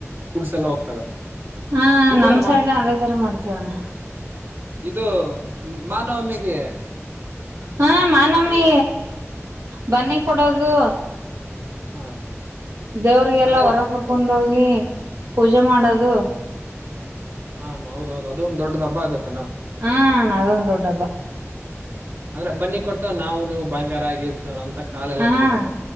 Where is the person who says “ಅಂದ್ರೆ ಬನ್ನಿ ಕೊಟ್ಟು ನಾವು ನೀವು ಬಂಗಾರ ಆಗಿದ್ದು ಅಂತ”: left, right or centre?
Right